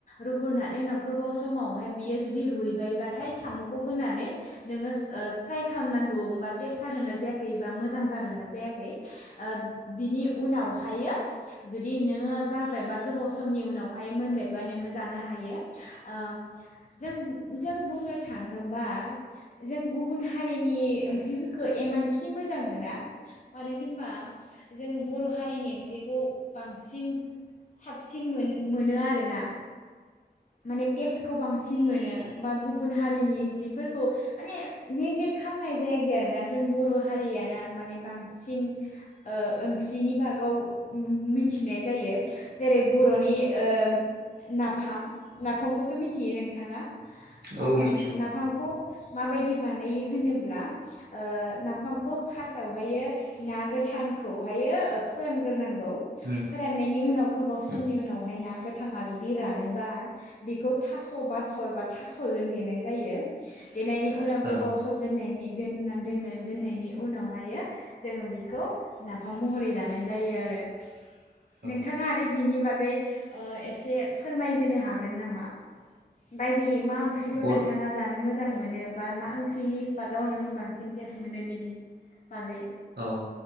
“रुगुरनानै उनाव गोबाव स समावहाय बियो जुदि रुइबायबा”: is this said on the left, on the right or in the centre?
Left